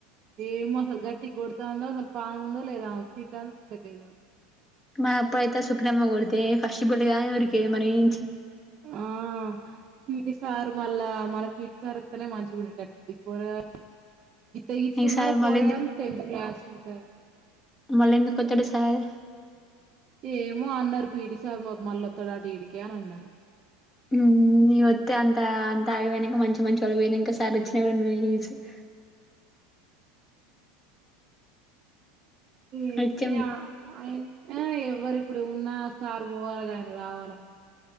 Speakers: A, on the right; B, on the left.
A: ఏమో అసల్ గట్టికొడ్తాందో అసల్ పాము ఉందో లేదా ఆమెక్ తింటాందో తింటలేదో
B: మా అప్పుడైతే సుకనమ్మ కొడితే ఫస్ట్ బుల్లిగాని ఉరికేది మన నుంచి
A: <unintelligible> పీటి సార్ మళ్ళా మన పీటి సార్తోనే వస్తేనే మంచిగా ఉండేది <unintelligible> గీత గిత్త
B: ఈ
A: ఉన్నారు
B: సార్
A: పోరగాళ్లు
B: మళ్ళీ
A: టెన్త్ క్లాస్ అట
B: మళ్ళంద ఓటడు సార్
A: ఏమో అన్నారు పీడిసార్ మళ్ళఓటదాంట ఇడికే అని అన్నారు
B: హ్మ్ హ్మ్ నేను వత్తే అంత అంత ఆగిపోయినాక మంచి మంచి వాలు పోయినాంక సారి <unintelligible>
A: <unintelligible>
B: హెచ్ఎం
A: ఎవరు ఇప్పుడు ఉన్నా సార్ పోవాలే గదా ఆయన రావాలన